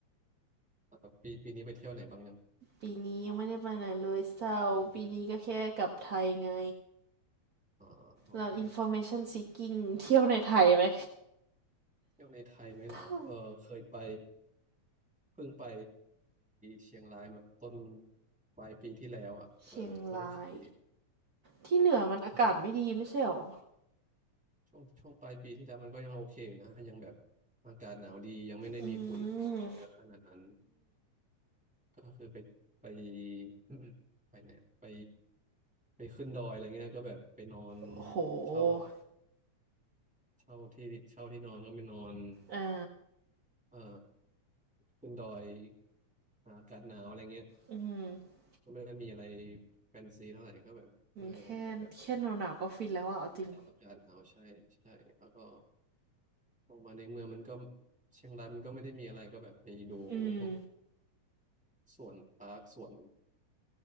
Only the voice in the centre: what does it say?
อ่าปีปีนี้ไปเที่ยวไหนบ้างยัง
อะไรอ๋อโอเค
เที่ยวในไทยไหมเหรอเออเคยไป
เพิ่งไปเชียงรายมาต้นปลายปีที่แล้วอ่ะเออก็โอเคดี
ใช่ช่วงช่วงปลายปีที่แล้วมันก็ยังโอเคอยู่นะยังแบบอากาศหนาวดียังไม่ได้มีฝุ่น
เยอะขนาดนั้นก็คือไปไป <coughs> <clears throat> ไปไหนไปไปขึ้นดอยอะไรเงี้ยก็แบบไปนอน
เช่าเช่าที่เช่าที่นอนก็ไปนอน
เอ่อขึ้นดอยหาอากาศหนาวอะไรเงี้ย
ก็ไม่ได้มีอะไรแฟนซีเท่าไหร่ก็แบบเออไปแบบ
ไปรับอาจารย์เอาใช่ใช่แล้วก็ลงมาในเมืองมันก็เชียงรายมันก็ไม่ได้มีอะไรก็แบบไปดูพวก
สวนปาร์คสวน